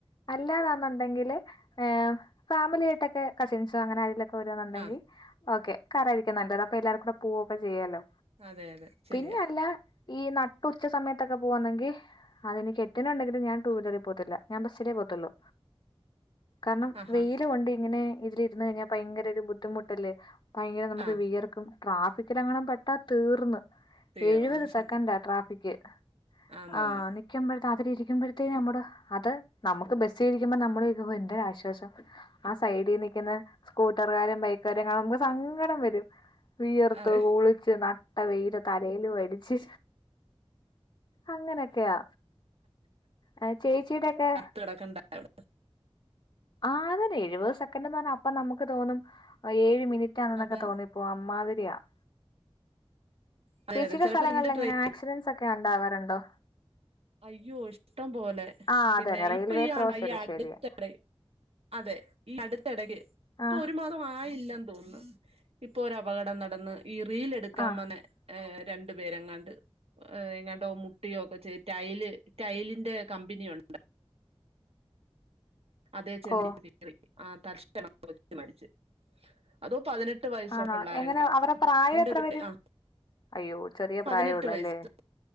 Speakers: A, on the left; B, on the right.
A: അല്ലാതാന്നുണ്ടെങ്കില് ഫേം ഫേമിലിയായ്ട്ടൊക്കെ കസിൻസോ അങ്ങനെ ആരെലൊക്കെ വെരാണുണ്ടെങ്കിൽ
B: ആഹ്
A: ഓക്കെ കാറായിരിക്കും നല്ലത് അപ്പൊ എല്ലാര്കൂടെ പോകുക ഒക്കെ ചെയ്യാലോ
B: അതെ അതെ ശരിയ
A: പിന്നല്ല ഈ നട്ടുച്ച സമയത്തൊക്കെ പോവാന്നെങ്കിൽ അതിന് കെട്ട്യോനുണ്ടെങ്കിലു ഞാൻ ടു വീലറിൽ പോവതില്ല ഞാൻ ബസ്സിലെ പോ ത്തൊള്ളു കാരണം
B: ആഹാ
A: വെയ്ല് കൊണ്ട് ഇങ്ങനെ ഇതിലി ര്ന്ന് കഴിഞ്ഞാൽ ഭയങ്കരൊരു ബുദ്ധിമുട്ടല്ലേ ഭയര നമുക്ക്
B: ആഹ്
A: വിയർക്കും. ട്രാഫിക്കിലെങ്ങണെ പെട്ടാ തീർന്ന്
B: തീർന്നു
A: എഴുപത്
B: അത്
A: സെക്കൻ്റാ
B: ശരിയാ
A: ട്രാഫിക്.
B: ആന്നാന്ന്
A: ആ നിക്കുമ്പെഴ്ത്ത് അതിലിരിക്കുമ്പെഴ്ത്തേന് നമ്മുടെ അത് നമ്മ് ക്ക് ബസ്സീരിക്കുമ്പോ നമ്മള്ര്ക്കുമ്പൊ ഏന്തൊരാശ്വാസം ആ സൈഡീ നിക്കുന്ന സ്കൂട്ടറുകാരൻ ബൈക്കാരെ ഞമ്മക്ക് സങ്കടം വരും വിയർത്ത്
B: അതെ
A: കുളിച്ച് നനഞ്ഞു ട്ട വെയില് തലോലു അടിച്ച് അങ്ങനെയൊക്കെയാ. ആ ചേച്ചീടൊക്കെ
B: അത് <unintelligible>
A: ആ അത തന്നെ എഴുപത് സെക്കൻഡ എന്ന് പറഞ്ഞാ അപ്പൊ നമ്മക്ക് തോന്നും ആ ഏഴ് മിനിറ്റ് ആണ് ട്ടാന്നൊക്കെ
B: അതാ
A: തോന്നിപ്പോവും അമ്മാതിരിയാണ്
B: അതെ
A: ചേച്ചിയുടെ
B: അതെ ചിലപ്പോ
A: സ്ഥലങ്ങളില്
B: രണ്ട് ട്രെയിൻ
A: എങ്ങനെയ ആക്സിഡന്റ്സൊക്കെ ഉണ്ടാവാറുണ്ടോ
B: അയ്യോ ഇഷ്ടം പോലെ
A: ആ
B: പിന്നെ
A: അതന്നെ റെയിൽവേ
B: ഇപ്പൊ ഈ
A: ക്രോസില്
B: അടുത്തിടെ
A: ശരിയാ
B: അതെ അടുത്തിടക്ക് ഇപ്പൊ
A: ആ
B: ഒരുമാസമായില്ലെ തോന്നുന്നു ഇപ്പൊ ഒരപകടം നടന്ന് ഈ റീൽ എടുക്കാൻ
A: ആ
B: വന്ന് രണ്ടു പേരെങ്ങാണ്ട് എങ്ങാട്ടൊ മുട്ടിയോക്കെ ചേയ്ത് ടൈല് ടൈലിന്റെ കമ്പനിയുണ്ടാ അതേ <unintelligible>
A: ഓ
B: ആ തർശണ വെച്ച് മരിച്ച് അതോ പതിനെട്ട് വയസ്സോ
A: ആണാ
B: പിള്ളേരെങ്ങാണ്ടാ
A: എങ്ങനെ അവരെ പ്രായം
B: രണ്ട്
A: എത്ര
B: പേ
A: വരും
B: ആ
A: അയ്യോ ചെറിയ
B: പതിനെട്ട്
A: പ്രായുള്ളല്ലേ
B: വയസ്സ്